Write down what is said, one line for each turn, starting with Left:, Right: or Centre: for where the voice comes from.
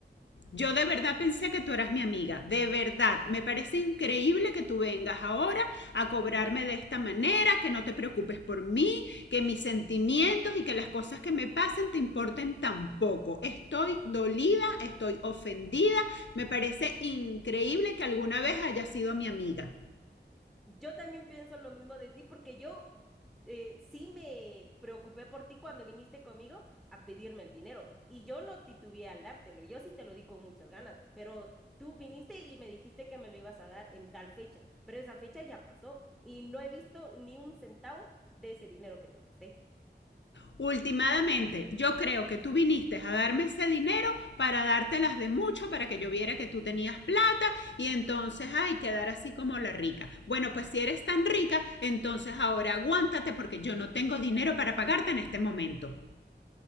Left: Yo de verdad pensé que tú eras mi amiga, de verdad. Me parece increíble que tú vengas ahora a cobrarme de esta manera, que no te preocupes por mí, que mis sentimientos y que las cosas que me pasen te importen tampoco. Estoy dolida, estoy ofendida. Me parece increíble que alguna vez hayas sido mi amiga.
Centre: Yo también pienso lo mismo de ti porque yo eh, sí me preocupé por ti cuando viniste conmigo a pedirme el dinero y yo no titubeé al dártelo, yo sí te lo di con muchas ganas, pero tú viniste y me dijiste que me lo ibas a dar en tal fecha, pero esa fecha ya pasó y no he visto ni un centavo de ese dinero que te presté.
Left: Últimamente, yo creo que tú viniste a darme ese dinero para dártelas de mucho, para que yo viera que tú tenías plata y entonces ay quedar así como la rica. Bueno, pues si eres tan rica, entonces ahora aguántate porque yo no tengo dinero para pagarte en este momento.